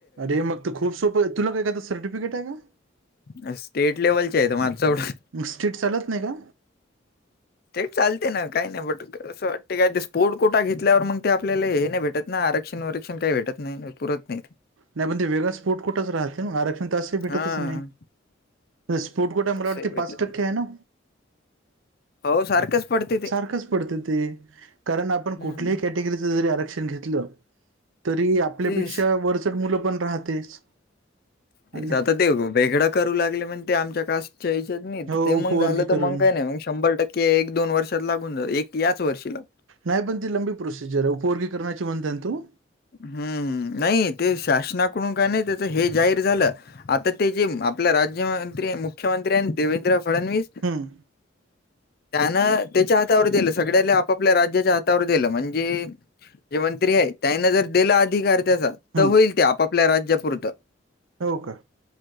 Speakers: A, on the right; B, on the left.
A: अरे मग त खूप सोपं तुला काय का सर्टिफिकेट आहे का?
B: अन स्टेट लेव्हलचे आहेत माझं सोडा.
A: मग स्ट्रीट चालत नाही का?
B: ते चालते ना काही नाही बट असं वाटतं का ते स्पोर्ट कोटा घेतल्यावर मग ते आपल्याला हे नाही भेटत. ना आरक्षण वरक्षण काय भेटत नाही पुरत नाहीत.
A: नाही पण ते वेगळा स्फोट कुठच राहते म आरक्षण तसही भेटतच
B: हां
A: नाही. त स्पोर्ट कोट्या मला
B: तसंही
A: वाटते
B: भेटत
A: पाच
B: नाही.
A: टक्के आहे ना?
B: हो सारखंच पडते ते.
A: सारखच पडत ते, कारण आपण
B: हम्म
A: कुठल्या ही खे कॅटेगरीच जरी आरक्षण घेतलं, तरी आपल्यापेक्षा
B: तेच.
A: वरचड मुलं पण राहतेच.
B: तेच
A: आणि
B: आता ते वेगडं करू लागले म्हण ते आमच्या कास च्या हेच्यात नाही
A: हो
B: ते
A: उपवर्गीकरण
B: मग झालं तर मग काही नाही मग शंभर टक्के एक दोन वर्षात लागून जा एक याच वर्षी ला
A: नाही पण ती लंबी प्रोसिजर आहे उपवर्गीकरणाची म्हणतेन तु?
B: हम्म नाही ते शासनाकडून काय नाही त्याच हे जाहीर झालं. आता ते जे आपल राज्यमंत्री मुख्यमंत्री आहे न देवेंद्र फडणवीस
A: हम.
B: त्यानं त्याच्या हातावर दिलं सगळ्याला आपापल्या राज्याच्या हातावर दिलं म्हणजे जे मंत्री आहे त्यांना जर दिला अधिकार त्याचा,
A: हम्म
B: तव होईल ते आपापल्या राज्यापुरत.
A: हो का?